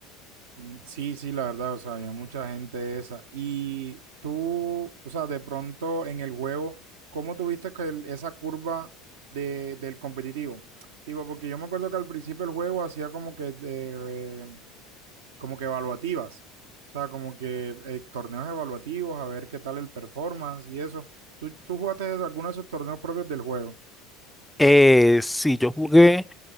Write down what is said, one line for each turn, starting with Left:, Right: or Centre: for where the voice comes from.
Right: Mm, Sí, sí, la verdad, o sea, había mucha gente esa. Y tú, o sea, de pronto en el juego, ¿cómo tuviste que el- esa curva de, del competitivo? Tipo, porque yo me acuerdo que al principio el juego hacía como que eh, eh, como que evaluativas. O sea, como que eh, torneos evaluativos, a ver qué tal el performance y eso. ¿Tú, tú jugaste alguno de esos torneos propios del juego?
Centre: Eh, sí, yo jugué.